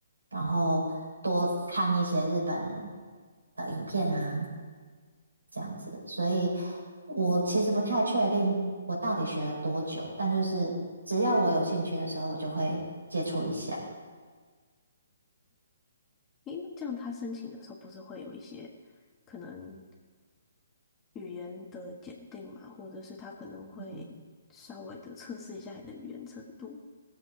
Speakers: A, on the right; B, on the left.
A: 然后多看一些日本的影片啊，这样子。所以我其实不太确定我到底学了多久，但就是只要我有兴趣的时候，我就会接触一下。
B: 诶，那这样他申请的时候不是会有一些可能？语言的检定嘛，或者是他可能会稍微的测试一下你的语言程度，
A: 嗯